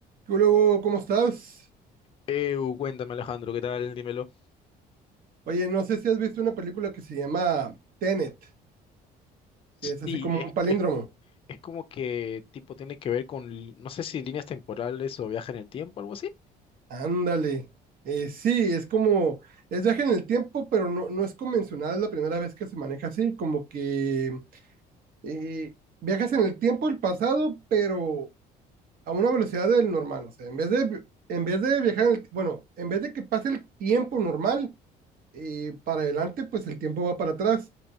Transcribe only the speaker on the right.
¿Qué luego? ¿Cómo estás?
Oye, no sé si has visto una película que se llama Tenet, que es así
como
un palíndromo.
Ándale. Eh, sí, es como, es viaje en el tiempo, pero no, no es convencional, es la primera vez que se maneja así, como que eh, viajas en el tiempo, el pasado, pero a una velocidad del normal. O sea, en vez de, vi- en vez de viajar, en el, bueno, en vez de que pase el tiempo normal eh, para adelante, pues el tiempo va para atrás